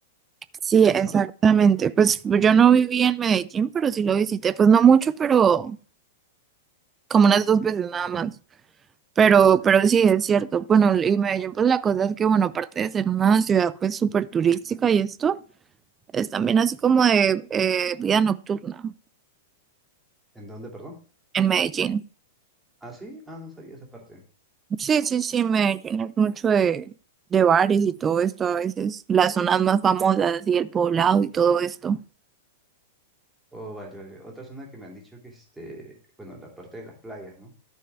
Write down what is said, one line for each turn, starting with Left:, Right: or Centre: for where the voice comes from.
Right: Sí, exactamente.
Centre: ¿no?
Right: Pues yo no viví en Medellín, pero sí lo visité, pues no mucho, pero como unas dos veces nada más. Pero, pero sí, es cierto. Bueno, y Medellín, pues la cosa es que, bueno, aparte de ser una ciudad pues súper turística y esto, es también así como de eh, vida nocturna
Centre: ¿En dónde, perdón?
Right: en Medellín.
Centre: Ah, sí, ah, no sabía esa parte.
Right: Sí, sí, sí, Medellín es mucho de, de bares y todo esto a veces, las zonas más famosas y el poblado y todo esto.
Centre: Oh, vale, vale. Otra zona que me han dicho que, este, bueno, la parte de las playas, ¿no?